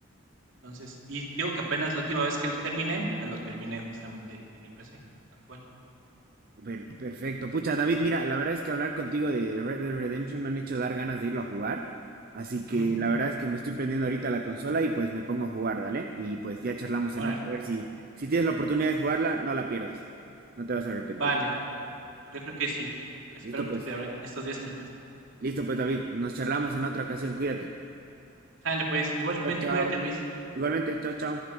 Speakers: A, on the right; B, on the right.
A: Entonces, y digo que apenas la última vez que lo terminé, lo terminé justamente en mi PC actual.
B: Per- perfecto. Pucha, David, mira, la verdad es que hablar contigo de Red Dead Redemption me han hecho dar ganas de irlo a jugar. Así que
A: Ujú.
B: la verdad es que me estoy prendiendo ahorita la consola y pues me pongo a jugar, dale. Y pues ya charlamos
A: Órale,
B: en otra. A
A: pues.
B: ver si, si tienes la oportunidad de jugarla, no la pierdas. No te vas a arrepentir.
A: Vale, yo creo que sí. Espero
B: Listo,
A: que
B: pues.
A: esté ahora- en estos días en oferta.
B: Listo, pues, David. Nos charlamos en otra ocasión. Cuídate.
A: Sale, pues. Igualmente,
B: Chao, chao.
A: cuídate, Luis.
B: Igualmente, chao, chao.